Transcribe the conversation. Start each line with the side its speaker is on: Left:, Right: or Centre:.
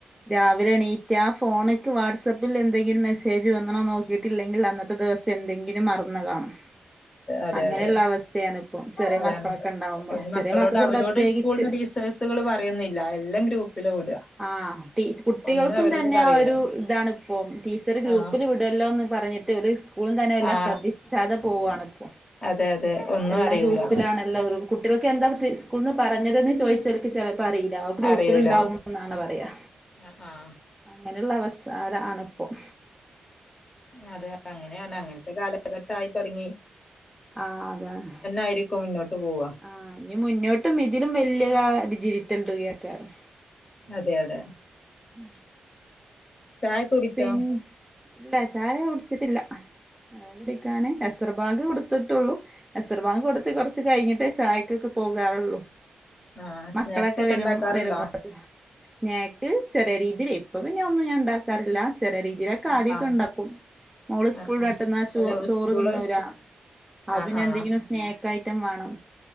Centre: രാവിലെ എണീറ്റാ ഫോണ് എടക്ക് വാട്സപ്പിൽ എന്തെങ്കിലും മെസ്സേജ് വന്ന്ണോ നോക്കിയിട്ടില്ലെങ്കിൽ അന്നത്തെദിവസം എൻ മറന്ന് കാണും
Left: അതെ
Centre: അങ്ങനെയുള്ള
Left: അതെ
Centre: അവസ്ഥയാണ് ഇപ്പം ചെറിയ
Left: അതാണ്
Centre: മക്കളൊക്കെ ഇണ്ടാവുമ്പോ
Left: അതിന്
Centre: ചെറിയ
Left: മക്കളോട്
Centre: മക്കക്ക്
Left: അവരോട്
Centre: പ്രത്യേകിച്ച്
Left: സ്കൂളിന്ന് ടീച്ചേഴ്സുകൾ പറയുന്നില്ല എല്ലാം ഗ്രൂപ്പില് വിടുക
Centre: ആ ട്ടീച് കുട്ടികൾക്കും
Left: ഒന്നും അവരോട്
Centre: തന്നെ
Left: പറയൂല
Centre: ആ ഒരു ഇതാണ്പ്പം ടീച്ചർ ഗ്രൂപ്പിൽ
Left: ആ
Centre: വിടുല്ലോന്ന് പറഞ്ഞിട്ട് <unintelligible> സ്കൂൾ തന്നെ എല്ലാം
Left: ആ
Centre: ശ്രദ്ധിച്ചാതെ പോവാണ് ഇപ്പോ
Left: അതെ അതെ ഒന്നും
Centre: എല്ലാ
Left: അറിയൂല
Centre: ഗ്രൂപ്പിലാണെല്ലോ കുട്ടികൾക്ക് എന്താ ട്ടീ സ്കൂള്ന്ന് പറഞ്ഞതെന്ന് ചോയിച്ചാ ഓൽക്ക് ചെലപ്പം അറീല ആ ഗ്രൂപ്പില്
Left: അറിയൂല
Centre: ഇണ്ടാവുംന്നാണ് പറയാ
Left: ആ ആ
Centre: അങ്ങനെള്ള അവസരാണ് ഇപ്പൊം
Left: അതെ അങ്ങനെ അങ്ങനെയാണ് അങ്ങനത്തെ കാലഘട്ടായി തൊടങ്ങി
Centre: ആ അതാണ്
Left: ആയിരിക്കും മുന്നോട്ട് പോവാ
Centre: ആ ഇനി മുന്നോട്ടും ഇതിലും വല് ഡിജിറ്റല ഡിജിറ്റൽ തുകയൊക്കെ ആവും
Left: അതെ അതെ
Centre: മ്മ്
Left: ചായ കുടിച്ചോ
Centre: പിന്നെ ഇല്ല ചായ കുടിച്ചിട്ടില്ല ചായ കുടിക്കാന് എസർബാങ്ക് കൊടുത്തിട്ടുള്ളൂ എസർബാങ്ക് കൊടുത്ത് കൊറച്ച് കഴിഞ്ഞിട്ടേ ചായക്കൊക്കെ പോകാറുള്ളു
Left: ആ സ്നാക്സ്
Centre: മക്കളൊക്കെ
Left: ഒക്കെ
Centre: വെരും
Left: ഉണ്ടാക്കാറുണ്ടോ
Centre: വരുമ്പോതിൻ സ്നാക്ക് ചെറിയ രീതിൽ ഇപ്പ പിന്നെ ഒന്നും ഞാൻ ഉണ്ടാക് റില്ല ചെറിയ രീതിയിലൊക്കെ
Left: ആ
Centre: ആദ്യക്കെ
Left: ആ
Centre: ഉണ്ടാക്കും മോള്
Left: ആ
Centre: സ്കൂള്
Left: ആ
Centre: വിട്ടുവന്നാൽ ചോ
Left: അല്ല
Centre: ചോറ്
Left: സ്കൂള്
Centre: തിന്നൂല അപ്പം
Left: ആ
Centre: പിന്നെ
Left: ആ
Centre: എന്തെങ്കിലും സ്നാക്ക് ഐറ്റം വേണം